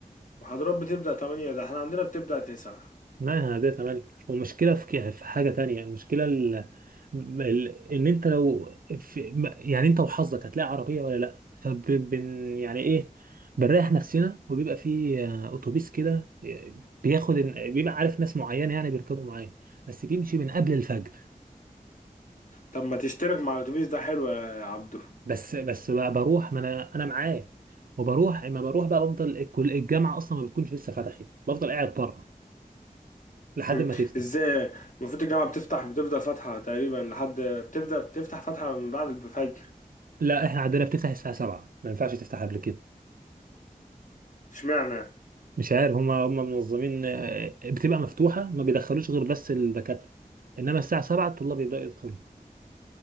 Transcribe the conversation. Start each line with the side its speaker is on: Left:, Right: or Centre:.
Left: محاضرات بتبدأ تمانية ده احنا عندنا بتبدأ تسعة
Right: ما هي ده تمام ومشكلة في ك- في حاجة تانية المشكلة ال... ال... ان انت لو في... ما- يعني انت وحظك هتلاقي عربية ولا لا فب... بن... يعني ايه بنريح نفسنا وبيبقى في آه، اتوبيس كده آه، بياخد ال- بيبقى عارف ناس معينة يعني بيركبوا معايا بس بيمشي من قبل الفجر
Left: طب ما تشترك مع الأتوبيس ده حلو يا عبدو
Right: بس بس بقى بروح ما انا انا معاه وبروح اما بروح بقى بفضل الكل- الجامعة اصلا ما بتكونش لسه فتحت بفضل قاعد بره
Left: <laughs>
Right: لحد
Left: مم.
Right: ما تفتح
Left: ازاي المفروض الجامعة بتفتح بتفضل فاتحة تقريبا لحد بتبدأ بتفتح فاتحة من بعد الفجر
Right: لا احنا عندنا بتفتح الساعة 7 ما ينفعش تفتح قبل كده
Left: اشمعنى
Right: مش عارف هم هم منظمين آه، بتبقى مفتوحه ما بيدخلوش غير بس الدكاتره انما الساعه 7 الطلاب يبداوا يدخلوا